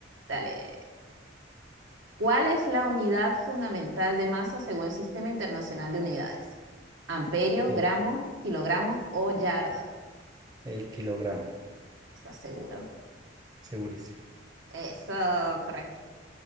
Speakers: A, on the right (about 75°); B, on the right (about 20°).
A: Dale. ¿Cuál es la unidad fundamental de masa según el Sistema Internacional de Unidades? ¿Amperio,
B: el,
A: gramo, kilogramo o yarda?
B: el kilogramo,
A: ¿Estás seguro?
B: segurísimo.
A: Eso, correcto.